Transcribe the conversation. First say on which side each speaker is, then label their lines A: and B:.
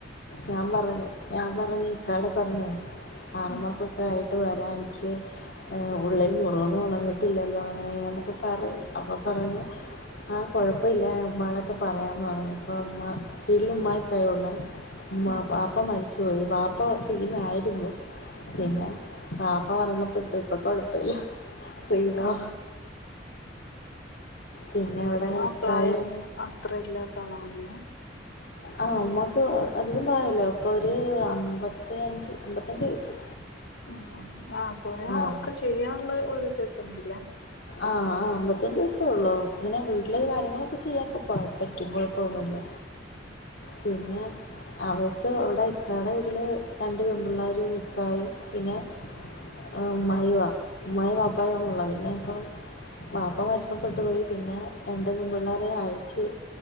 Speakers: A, on the left; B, on the left.
A: ഞാൻ പറഞ്ഞു ഞാൻ പറഞ്ഞ് ഇക്കാടെ പറഞ്ഞേ ആറ്
B: ഉം
A: മാസൊക്കെ ആയിട്ട് വരാ എൻക്ക് ഉള്ളിൽ മുറിവും ഉണങ്ങിയിട്ടില്ലല്ലോ അങ്ങനെക്ക പറഞ്ഞ് അപ്പൊ പറഞ്ഞ് ആഹ് കൊഴപ്പ ഇല്ല ഉമ്മാടത്ത് പറയാന്ന് പറഞ്ഞു ഇപ്പ ഉമ്മാ വീട്ടില് ഉമ്മായിക്കയൊള്ളൂ ഉമ്മാ
B: ആഹ്
A: ബാപ്പ
B: ആഹ്
A: മരിച്ചുപോയി ബാപ്പ സിഗ്ന് ആയിരുന്നു പിന്നെ
B: ഉം
A: ബാപ്പ മരണപ്പെട്ടു ഇപ്പൊ കുഴപ്പില്ല റീണോ
B: ആഹ്
A: പിന്നെ അവിടെ
B: ഉമ്മ
A: ഇക്കായും
B: പ്രായം അത്ര ഇല്ലാത്ത അളാവൂലേ
A: ആഹ് ഉമ്മാക്ക് അതികം പ്രായല്ലാ അപ്പൊ ഒരു അമ്പത്തി അഞ്ച് അമ്പത്തഞ്ച് വയസ്സ്
B: ഉം ഉം ആഹ് സ്വയം
A: ആഹ്
B: ഒക്കെ ചെയ്യാനുള്ള ഒരിതൊക്കെ ഉണ്ടല്ലേ
A: ആഹ് ആഹ് അമ്പപത്തഞ്ച് വയസേ ഉള്ളു ഇങ്ങനെ വീട്ടില് കാര്യങ്ങളൊക്കെ ചെയ്യാൻ പോ പറ്റും കുഴപ്പോന്നുല്ല പിന്നെ അവര്ക്ക് അവിടെ ഇക്കാടെ വീട്ടില് രണ്ട് പെൺപിള്ളേരും മിക്കായും പിന്നെ ആ ഉമ്മായി വ ഉമ്മായി വാപ്പായി ഒണള്ളെ പിന്നെ ഇപ്പം ബാപ്പ മരണപ്പെട്ടു പോയി പിന്നെ രണ്ട് പെൺപിള്ളേരെ അയച്ച്